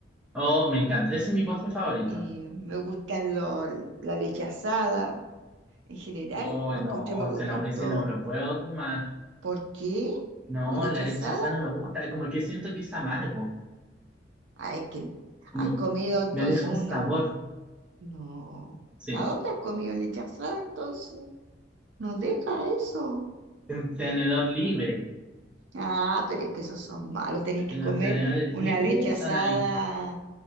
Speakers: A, in the centre; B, on the right.
A: Oh, me encanta. Ese es mi postre favorito.
B: eh, me gustan lo- la leche asada. En general,
A: Oh,
B: los
A: no,
B: postres me gustan
A: ese no, ese
B: todos.
A: no lo puedo tomar.
B: ¿Por qué?
A: No,
B: ¿La leche
A: la
B: asada?
A: leche asada no me gusta. Como que siento que es amargo.
B: Ah, es que
A: Como
B: has comido
A: que
B: entonces
A: me deja
B: uno.
A: un sabor.
B: No.
A: Sí.
B: ¿A dónde has comido leche asada entonces? Nos deja eso.
A: Un tenedor libre.
B: Ah, pero es que esos son malos. Tenéis que
A: Los
B: comer
A: tenedores
B: una
A: libres
B: leche asada
A: están ahí.